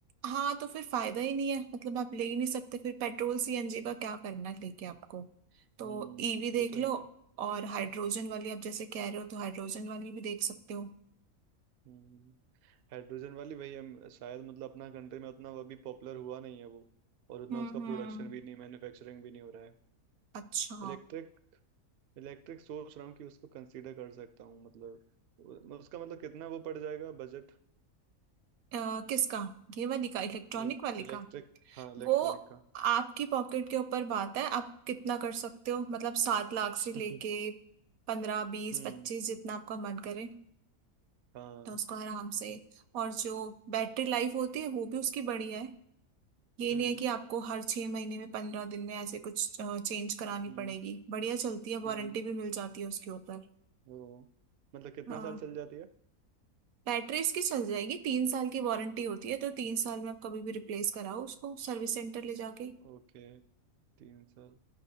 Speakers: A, on the right; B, on the right.
A: हाँ तो फिर फायदा ही नहीं है मतलब आप ले ही नहीं सकते फिर पेट्रोल सीएनजी का क्या करना है लेके आपको तो
B: हम्म
A: ईवी देख
B: वो तो
A: लो
B: है ही है
A: और हाइड्रोजन वाली आप जैसे कह रहे हो तो हाइड्रोजन वाली भी देख सकते हो
B: हम्म हाइड्रोजन वाली वही है शायद मतलब अपना कंट्री में उतना वो अभी पॉपुलर हुआ नहीं है वो और उतना
A: हम्म
B: उसका
A: हम्म
B: प्रोडक्शन भी नहीं मैन्युफैक्चरिंग भी नहीं हो रहा है
A: अच्छा
B: इलेक्ट्रिक इलेक्ट्रिक सोच रहा हूँ कि उसको कंसीडर कर सकता हूँ मतलब उ- उसका मतलब कितना वो पड़ जाएगा बजट
A: अ, किसका ये वाली का इलेक्ट्रॉनिक
B: इल,
A: वाली
B: इलेक्ट्रिक
A: का
B: हाँ इलेक्ट्रॉनिक
A: वो
B: का
A: आपकी पॉकेट के ऊपर बात है आप कितना कर सकते हो मतलब सात लाख
B: <laughs>
A: से लेके पंद्रह बीस
B: हम्म
A: पच्चीस जितना आपका मन करे
B: हाँ
A: तो उसको आराम से और जो बैटरी लाइफ होती है वो भी उसकी बढ़िया है ये
B: हम्म
A: नहीं है कि आपको हर छह महीने में पंद्रह दिन में ऐसे कुछ चेंज करानी
B: हम्म
A: पड़ेगी बढ़िया चलती है
B: हम्म
A: वारंटी भी मिल जाती है उसके ऊपर
B: वो मतलब कितना
A: हाँ
B: साल चल जाती है
A: बैटरी इसकी चल जाएगी तीन साल की वारंटी होती है तो तीन साल में आप कभी भी रिप्लेस कराओ उसको सर्विस सेंटर ले जाके
B: ओके तीन साल